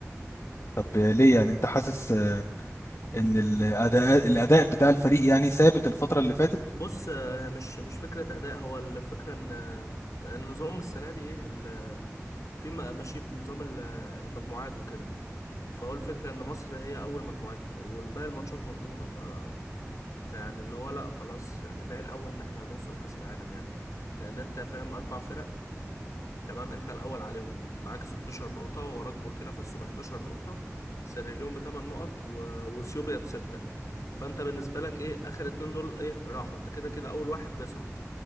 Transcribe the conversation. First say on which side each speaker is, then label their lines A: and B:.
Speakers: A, on the left; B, on the left.
A: طب ليه يعني انت حاسس آه، ان الاداء الاداء بتاع الفريق يعني ثابت الفترة اللي فاتت
B: بص آه، مش مش فكره اداء هو الفكره ان آه، النظام السنه دي ايه ال- في م- ماشي بنظام ال- المجموعات وكده فهو الفكرة إن مصر هي أول مجموعتها والباقي الماتشات مضمونة ف فيعني اللي هو لا خلاص يعني باين قوي ان احنا هنوصل كاس العالم يعني لان انت فاهم اربع فرق تمام انت الاول عليهم معاك 16 نقطة وراك بوركينا فاسو ب 11 نقطة سيراليون بثمان نقط و... واثيوبيا بستة فانت بالنسبة لك ايه اخر اتنين دول ايه راحوا انت كده كده اول واحد بيصعد